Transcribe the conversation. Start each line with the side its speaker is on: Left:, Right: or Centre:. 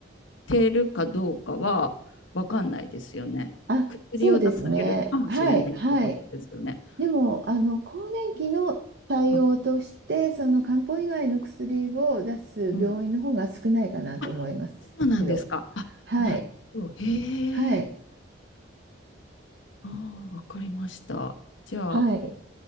Left: てるかどうかは分かんないですよね。
Right: あ、
Left: 薬を出されるかもしれないってことですよね。
Right: そうですね。はい、はい。でも、あの、更年期の対応として、
Left: うん
Right: その漢方以外の薬を出す病院の方が少ないかなと思いますけど、
Left: うん、あ、そうなんですか。あ、
Right: はい、
Left: なるほど。へえ。
Right: はい、
Left: ああ、わかりました。じゃあ、
Right: はい。